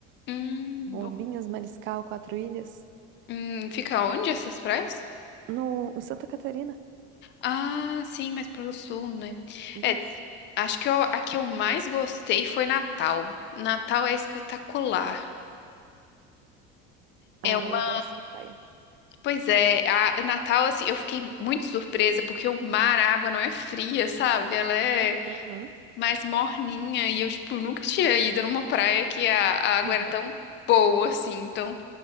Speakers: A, on the left (about 40°); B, on the right (about 45°).
A: Hum,
B: Bombinhas,
A: bom.
B: Mariscal, Quatro Ilhas,
A: Hum, fica onde essas praias?
B: no em Santa Catarina.
A: Ah, sim, mas pro sul, né?
B: Isso.
A: É, acho que eu, a que eu mais gostei foi Natal. Natal é espetacular. É,
B: Ah,
A: uma-
B: eu gosto de praia.
A: pois é, a Natal, assim, eu fiquei muito surpresa porque o mar, a água não é fria, sabe? Ela é
B: Uhum. <laughs>
A: mais morninha e eu, tipo, nunca tinha ido numa praia que a, a água
B: Uhum.
A: era tão boa, assim. Então,